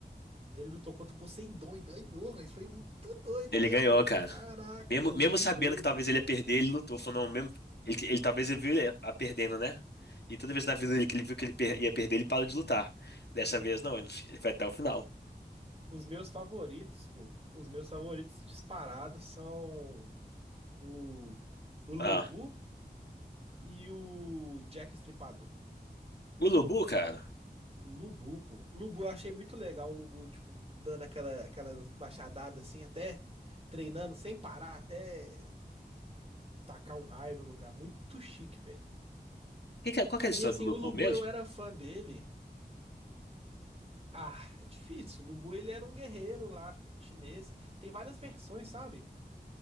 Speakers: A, on the right; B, on the left.
A: Ele lutou contra o Poseidon e ganhou, velho. Foi muito doido,
B: Ele
A: né,
B: ganhou,
A: pô?
B: cara.
A: Caraca,
B: Mesmo,
A: foi
B: mesmo
A: muito
B: sabendo
A: doido.
B: que talvez ele ia perder, ele lutou. Falou, não, mesmo. Ele, ele talvez ele viu ele a perdendo, né? E toda vez na vida dele que ele viu que ele per- ia perder, ele parou de lutar. Dessa vez não, ele, ele foi até o final.
A: Os meus favoritos, pô, os meus favoritos disparados são O, o Lubu
B: Ah.
A: e o Jack Estripador.
B: O Lubu, cara.
A: Lubu, pô. Lubu, eu achei muito legal o Lubu, tipo, dando aquela, aquelas machadadas assim, até treinando sem parar, até tacar um raio no lugar. Muito chique, velho.
B: que que é- qual que é a história
A: E assim,
B: do Lubu
A: o Lubu
B: mesmo?
A: eu era fã dele. Ah, é difícil. O Lubu ele era um guerreiro lá chinês. Tem várias versões, sabe?